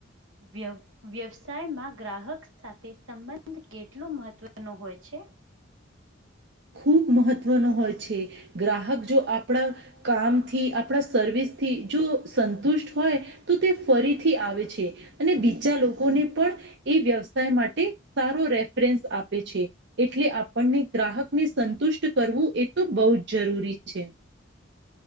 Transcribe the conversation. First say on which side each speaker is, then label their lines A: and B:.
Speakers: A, on the right; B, on the right.
A: વ્યવ વ્યવસાયમાં ગ્રાહક સાથે સંબંધ કેટલો મહત્ત્વનો હોય છે?
B: ખૂબ મહત્વનો હોય છે. ગ્રાહક જો આપણા કામથી આપણા સર્વિસથી જો સંતુષ્ટ હોય તો તે ફરીથી આવે છે અને બીજા લોકોને પણ એ વ્યવસાય માટે સારો રેફરન્સ આપે છે એટલે આપણને ગ્રાહક ને સંતુષ્ટ કરવું એ તો બહુ જ જરૂરી છે.